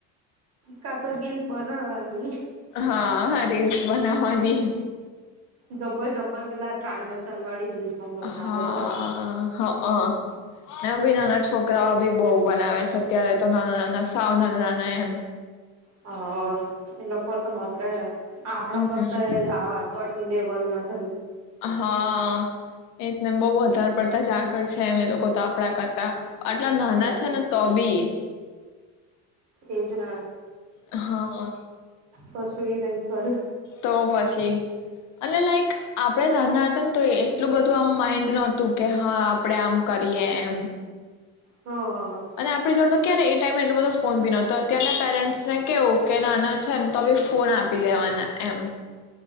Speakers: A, on the right; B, on the left.
A: કા તો રીલ્સ--. બનાવાની.
B: હા હા રિલ્સ બનાવાની.
A: જબર જબર પેલા ટ્રાન્ઝેક્શન વાળી રીલ્સો બનાવે
B: હાઆઆ
A: છે
B: હંઅ! એમ બી નાના છોકરાઓ બી બહુ બનાવે છે. અત્યારે, તો નાના નાના સાવ નાના નાના એમ
A: હંઅઅ એ લોકો તો માત્ર આપણા
B: હમ
A: કરતા એ આગળ લેવલ ના ચ
B: હા આઆ એ જ ને બહુ જ. વધાર પડતા જ આગળ છે. એમ એ લોકો તો આપડા કરતા. આટલા નાના
A: સાચી
B: છે ને તો બી
A: એજ ને
B: <unintelligible> હા.
A: કો શું ઈ લઈ ના ફરે <inaudible>
B: તો પછી અને લાઈક, આપણે નાના હતા ને તો એટલું બધું આમ માઇન્ડ નતું કે, હા આપડે આમ કરીએ એમ.
A: હ
B: અને આપણી જોડે તો ત્યારે એ ટાઈમે એટલો બધો ફોન બી નતો, અત્યાર ના પેરેન્ટ્સ ને કેવું કે, નાના છે ને તો બી ફોન આપી દેવાના એમ.